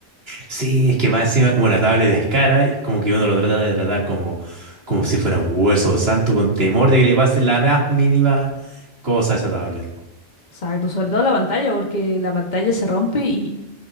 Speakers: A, on the right; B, on the left.
A: Sí, es que va encima como la tablet de Escara, como que uno lo trata de tratar como, como si fuera un hueso santo, con temor de que le pase la más mínima cosa a esa tablet.
B: Exacto, sobre todo la pantalla porque la pantalla se rompe y